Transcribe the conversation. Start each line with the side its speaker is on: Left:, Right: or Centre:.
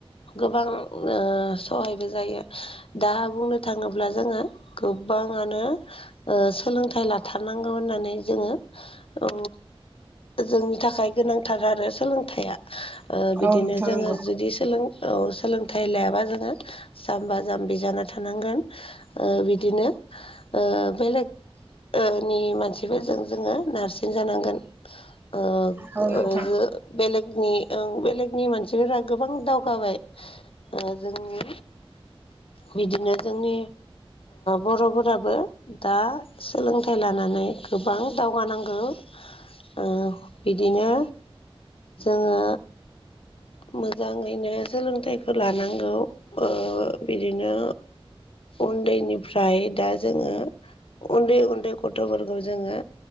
Left: गोबां ओ सहायबो जायो। दा बुंनो थाङोब्ला जोङो गोबाङानो ओ सोलोंथाइ लाथारनांगौ होननानै जोङो औ जोंनि थाखाय गोनांथार आरो सोलोंथाइया ओ बिदिनो
Right: औ नोंथां
Left: जोङो
Right: नंगौ
Left: जुदि सोलों औ सोलोंथाइ लायाबा जोङो जाम्बा जाम्बि जाना थानांगोन। ओ बिदिनो ओ बेलेग ओ नि मानसिफोरजों जोङो नारसिन जानांगोन ओ
Right: औ नोंथां
Left: ओ ओ बेलेगनि ओं बेलेगनि मानसिफोरा गोबां दावगाबाय ओ जोंनि बिदिनो जोंनि बर'फोराबो दा सोलोंथाइ लानानै गोबां दावगानांगौ ओ बिदिनो जोङो मोजाङैनो सोलोंथाइखौ लानांगौ ओ बिदिनो उन्दैनिफ्राय दा जोङो उन्दै उन्दै गथ'फोरखौ जोङो